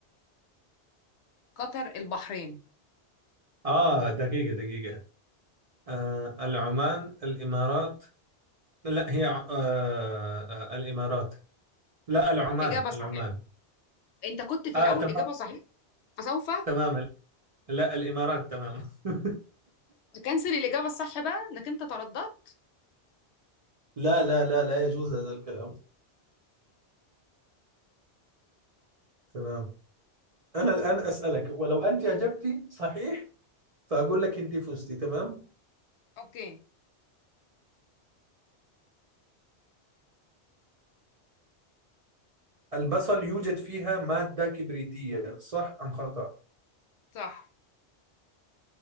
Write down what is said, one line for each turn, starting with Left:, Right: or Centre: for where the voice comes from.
Left: قطر البحرين
Right: آه دقيقة دقيقة آه العمان الإمارات لا هي ع- آه آه، الإمارات لا العمان
Left: اجابة
Right: العمان
Left: صحيحة انت كنت في
Right: آه
Left: الاول
Right: تمام
Left: اجابة صحيحة فسوف
Right: تمام لا الإمارات تمام <laughs>
Left: اكنسل الاجابة الصح بقى انك انت ترددت
Right: لا لا لا لا يجوز هذا الكلام تمام أنا الآن أسألك ولو أنت أجبتي صحيح فأقول لك أنت فزتي تمام
Left: اوكي
Right: البصل يوجد فيها مادة كبريتية صح أم خطأ؟
Left: صح